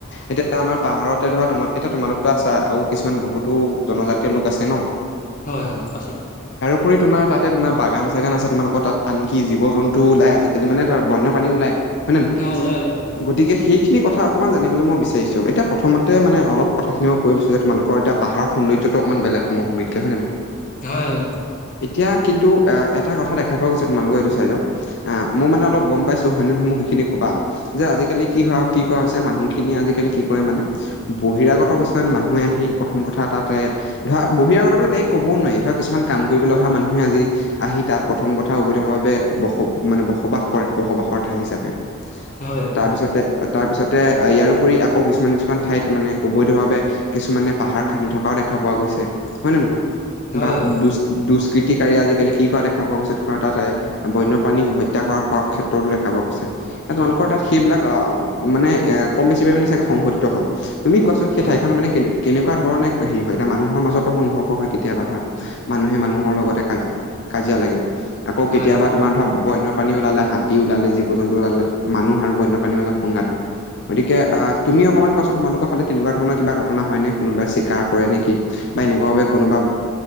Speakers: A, on the left; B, on the left.
A: এতিয়া আমাৰ পাহাৰতে ধৰা তোমাৰ এতিয়া তোমালোকতো আছা, আৰু কিছুমান বহুতো জনজাতীয় লোক আছে ন।
B: হয়, হয়, আছে।
A: উপৰি তোমাৰ তাতে তোমাৰ বাগান চাগান আছে তোমালোকৰ তাত, আনকি জীৱ জন্তু ওলাই আজিকালি মানে বন্য পানী ওলায়। হয় নে নহয়?
B: অ ওলাই ওলাই ওলাই
A: গতিকে সেইখিনি কথা অকমান জানিব লে মই বিাৰিছো। এতিয়া প্ৰথমতে মানে অলপ কথাখিনি মই কৈ লৈছো যে তোলোকৰ এতিয়া পাহাৰৰ সৌন্দৰ্যটো অকমান বেলেগ সমূ <unintelligible> হয় নে নহয়?
B: হয় হয়
A: এতিয়া কিন্তু এটা কথা দেখা পোৱা গৈছে তোমালোকৰ এইটো চাইডৰ, মই মানে অলপ গম পাইছোঁ, হয় নে নহয় মোক সেইখিনি ক'বা। যে আজিকালি কি হয়, কি কৰা হৈছে মানুহ খিনি আজিকালি কি কৰে মানে, বহিৰাগত কিছুমান মানুহে আহি প্ৰথম কথা তাতে ধৰা বহিৰাগ কথা ডাইৰেক্ট ক'বও নোৱাৰি ধৰা কিছুমান কাম কৰিব অহা মানুহে আজি আহি তাত প্ৰথম কথা অবৈধভাৱে ব মানে বসবাস কৰে বসবাসৰ ঠাই হিচাপে।
B: হয়
A: তাৰপিছতে, তাৰপিছতে ইয়াৰ ওপৰি আকৌ কিছুমান কিছুমান ঠাইত মানে অবৈধভাৱে কিছুমানে পাহাৰ খান্দি থকাও দেখা পোৱা গৈছে। হয় নে নহয়?
B: হয়
A: বা
B: হয় হয়।
A: দু দুচ কৃতিকাৰী আজিকালি কি কৰা দেখা পোৱা গৈছে, তোমাৰ তাত বন্যপ্ৰাণী হত্যা কৰা ক্ষেত্ৰতো দেখা পোৱা গৈছে।
B: উম
A: তোমালোকৰ তাত সেইবিলাক আহ মানে এ কম বেছি পৰিানে চাগে সংঘটিত হয়। তুমি কোৱাচোন
B: হয়
A: সেই ঠাইখনৰ মানে কে কেনেকুৱা ধৰণে হেৰি হয়, এতিয়া মানুহৰ মাজতো সংঘৰ্ষ হয় কেতিয়াবা ধৰা। মানুহে মানুহৰ লগতে কাজ কাজিয়া লাগে। আকৌ
B: হয়
A: কেতিয়াবা
B: হয়
A: তোমাৰ ধৰা বন্য পানী ওলালে, হাতী ওলালে, জীৱ জন্তু ওলালে, মানুহ আৰু বন্যপাণীৰ মাজত সংঘাত হয়। গতিকে আহ তুমি অকমান কোৱাচোন তোমালোকৰ ফালে তেনেকুৱা ধৰণৰ কিবা ঘটনা হয় নে? কোনোবাই চিকাৰ কৰে নেকি বা এনেকুৱা ভাবে কোনোবা